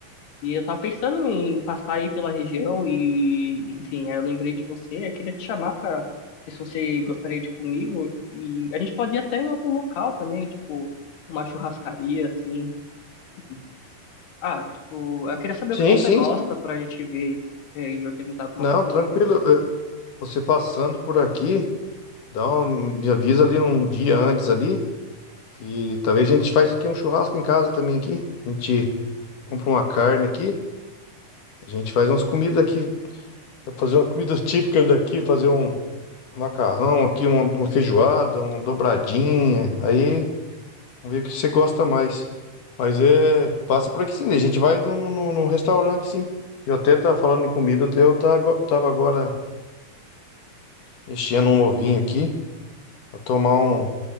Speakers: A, on the left (about 90°); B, on the left (about 55°).
A: E eu tava pensando em passar aí pela região e, enfim, aí eu lembrei de você, eu queria te chamar pra ver se você gostaria de ir comigo. E a gente pode ir até em outro local também, tipo, uma churrascaria, assim. E, ah, tipo, eu queria saber
B: sim,
A: o que você
B: sim,
A: gosta
B: sim.
A: pra gente ver eh, e organizar alguma
B: Não,
A: coisa.
B: tranquilo. Eh, Você passando por aqui, dá um, me avisa ali um dia antes ali, que talvez a gente faz aqui um churrasco em casa também aqui. A gente compra uma carne aqui, a gente faz umas comidas aqui, fazer umas comidas <laughs> típicas daqui, fazer um macarrão aqui, uma, uma feijoada, uma dobradinha. Aí Vamos ver o que você gosta mais. Mas é. Passa por aqui sim. A gente vai no, no, no- no restaurante, sim. Eu até tava falando em comida, até eu tá ago- tava agora mexendo um ovinho aqui. Pra tomar um